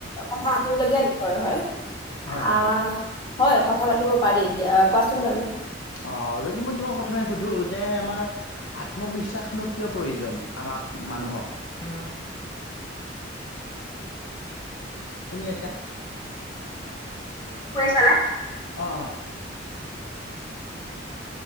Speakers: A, on the left; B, on the left.
A: কথা পাতিবলগীয়া বিষয় হয়।
B: হয়
A: আ
B: হয়,
A: হয় কথা পাতিব পাৰি, কোৱাচোন বাৰু?
B: অ যদি মই তোমাক প্ৰথমে সুধো যে আমাৰ আত্মবিশ্বাসনো কিয় প্ৰয়োজন আমাক মানুহক?
A: <unintelligible>
B: শুনি আছা?
A: শুনিছানে?
B: অ অ